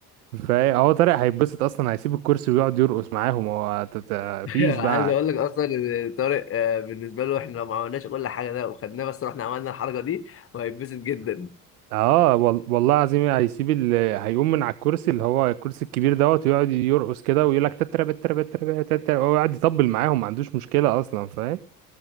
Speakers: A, on the right; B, on the left.
A: فهو طارق هيتبسط أصلا هيسيب الكرسي ويقعد يرقص معاهم هو ت- ت- مفيش
B: عايز
A: بقى
B: اقول لك اصلا ان طارق آه، بالنسبه له احنا لو ما عملناش كل حاجه ده وخدناه بس رحنا عملنا الحركه دي وهيتبسط جدا
A: اه وال- والله العظيم هيسيب ال... هيقوم من على الكرسي اللي هو الكرسي الكبير دوت ويقعد يرقص كده ويقول لك تتربة تتربة تتربة تتربة ويقعد يطبل معاهم ما عندوش مشكلة أصلا فاهم